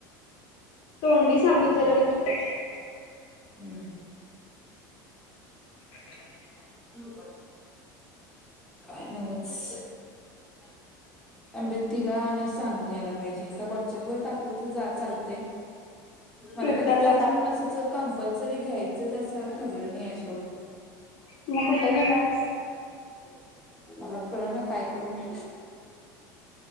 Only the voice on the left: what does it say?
तोंडी सांगितलेलं लिह <inaudible>
<inaudible>
ट्विटरला
टाक
म कुठ घेणार हाईस?